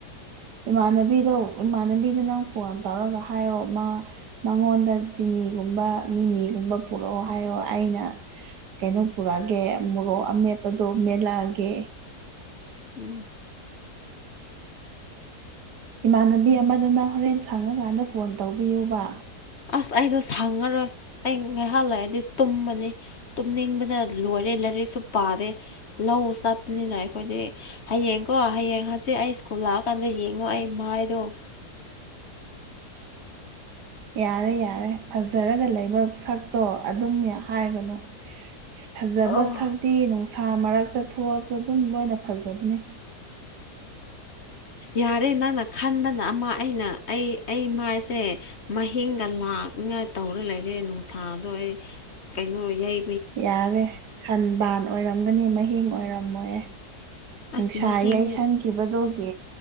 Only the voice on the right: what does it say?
ꯏꯃꯥꯟꯅꯕꯤꯗꯣ ꯏꯃꯥꯟꯅꯕꯤꯗ ꯅꯪ ꯐꯣꯟ ꯇꯧꯔꯒ ꯍꯥꯏꯌꯣ ꯃꯥ ꯃꯉꯣꯟꯗ ꯆꯤꯡꯉ ꯃꯤꯒꯨꯝꯕ ꯃꯤ ꯃꯤꯒꯨꯝꯕ ꯄꯨꯔꯛꯑꯣ ꯍꯥꯏꯌꯣ ꯑꯩꯅ ꯀꯩꯅꯣ ꯄꯨꯔꯛꯑꯒꯦ ꯃꯣꯔꯣꯛ ꯃꯦꯄꯗꯣ ꯃꯦꯂꯒꯦ
ꯏꯃꯥꯟꯅꯕꯤ ꯑꯃꯗꯅ ꯍꯣꯔꯦꯟ ꯁꯪꯉꯀꯥꯟꯗ ꯐꯣꯟ ꯇꯧꯕꯤꯌꯨꯕ
ꯌꯥꯔꯦ ꯌꯥꯔꯦ ꯐꯖꯔꯒ ꯂꯩꯕ ꯁꯛꯇꯣ ꯑꯗꯨꯝ ꯍꯥꯏꯒꯅꯨ ꯐꯖꯕ
ꯁꯛꯇꯤ ꯅꯨꯡꯁꯥ ꯃꯔꯛꯇ ꯊꯣꯛꯑꯁꯨ ꯑꯗꯨꯝ ꯂꯣꯏꯅ ꯐꯖꯕꯅꯤ
ꯌꯥꯔꯦ ꯁꯟ ꯕꯥꯟ ꯑꯣꯏꯔꯝꯒꯅꯤ ꯃꯍꯤꯡ ꯑꯣꯏꯔꯝꯃꯣꯏꯍ ꯅꯨꯡꯁꯥ
ꯌꯩ ꯁꯟꯈꯤꯕꯗꯨꯒ